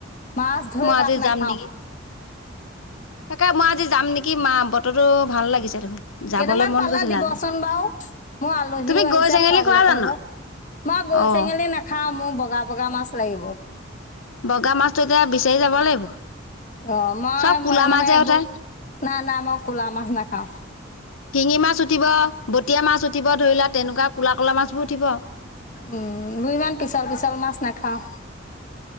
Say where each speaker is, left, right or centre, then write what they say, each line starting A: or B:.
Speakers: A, on the left; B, on the left.
A: মাছ ধৰে
B: মই আজি
A: ভাত নাখাওঁ।
B: যাম নেকি? তাকে মই আজি যাম নেকি? কি মা, বতৰো ভাল লাগিছে দেখোন, যাবলৈ
A: কেইটামান
B: মন
A: পালে
B: গৈছিলে
A: দিবচোন
B: আজি।
A: বাৰু। মোৰ আলহীও
B: তুমি
A: আহিছে
B: গৰৈ চেঙেলী
A: খুৱাবলৈকে
B: খোৱা জানো?
A: আকৌ। মই গৰৈ,
B: অ',
A: চেঙেলী নাখাওঁ মোৰ বগা বগা মাছ লাগিব।
B: বগা মাছতটো এতিয়া বিচাৰি যাব লাগিব।
A: অ', মই
B: চব ক'লা
A: মানে
B: মাছ যে
A: এইবোৰ
B: উঠে।
A: নাই, নাই, মই ক'লা মাছ নাখাওঁ।
B: শিঙি মাছ উঠিব, বটীয়া মাছ উঠিব, ধৰি লোৱা তেনেকুৱা ক'লা ক'লা মাছবোৰ উঠিব।
A: উম, দুই ইমান পিছল পিছল মাছ নাখাওঁ।